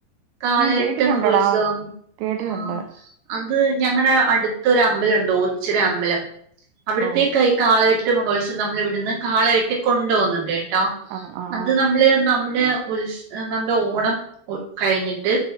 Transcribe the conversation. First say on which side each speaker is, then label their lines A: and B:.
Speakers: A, on the right; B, on the right.
A: കാലഘട്ട്
B: ഞാൻ കേട്ടിട്ടുണ്ടടാ
A: മഹോത്സവം
B: കേട്ടിട്ടുണ്ട്
A: ആ അത് ഞങ്ങളുടെ അടുത്തൊരു അമ്പലണ്ട് ഓച്ചിറ അമ്പലം അവിടത്തേക്കായി
B: ഓ
A: കാളെ ട്ടുമഹോത്സവം നമ്മൾ ഇവിടുന്ന് കാള കെട്ടി കൊണ്ടു പോകുന്നത് കേട്ടോ
B: ആഹ് ആഹ്
A: അത്
B: ആഹ്
A: നമ്മള് നമ്മുടെ. ഉത്സ നമ്മുടെ ഓണം കഴിഞ്ഞിട്ട്